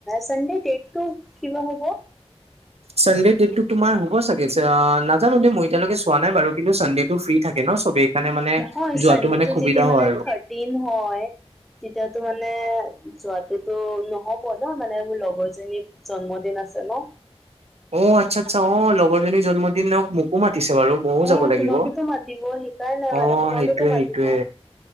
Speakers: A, in the centre; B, on the right.
A: চানডে দেতটো কি বা হ'ব?
B: চানদে ডেটটো তোমাৰ হ'ব চাগে ন জানো দে মই এতিয়ৈকে চোৱা নাই বাৰু কিন্তু চানডেতটো ফ্ৰী থাকে ন সবেই সেই কাৰণে মানে
A: হয়
B: যোৱাটো
A: ছানদেটো
B: মানে সুবিধা
A: যদি মানে
B: হয় আৰু
A: থৰ্টিন হয় তেতিয়াতো মানে যোৱাতোতো নহ'ব ন মানে মোৰ লগৰজনী জন্মদিন আছে ন
B: অ আচ্ছা আচ্ছা অ লগৰ জনী জন্ম দিনক মোকো মাতিছে বাৰু ময়ো
A: অ
B: যাব লাগিব
A: তোমাকোতো মাতিব সেইকাৰণে
B: অ
A: মানে তোমাকোতো
B: সেইটোৱে
A: মাতিব
B: সেইটোৱে